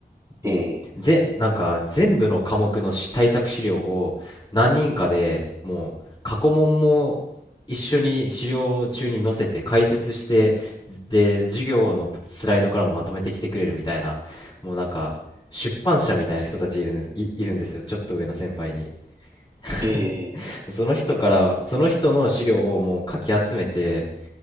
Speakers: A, on the right; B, on the left.
A: ええ、
B: もうぜなんか全部の科目のし対策資料を何人かでもう過去問も一緒に資料中に載せて解説してで授業のスライドからもまとめてきてくれるみたいなもうなんか出版社みたいな人たちいるんいいるんですよちょっと上の先輩に <laughs>
A: ええ、
B: その人からその人の資料をもうかき集めて